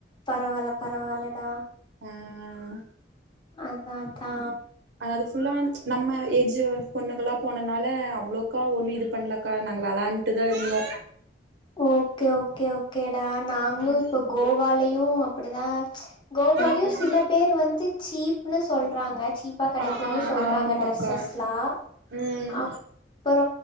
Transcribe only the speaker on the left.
பரவால்ல பரவால்லடா
அதா அதா
ஓகே ஓகே ஓகேடா நாங்களு
இப்ப கோவாலியு அப்டிதா கோவாலியு
சில பேர் வந்து சீப்ன்னு சொல்றாங்க சீப்பா கெடைக்
குன்னு
சொல்றாங்க
ட்ரெஸ்ஸஸ்லா
அப்புற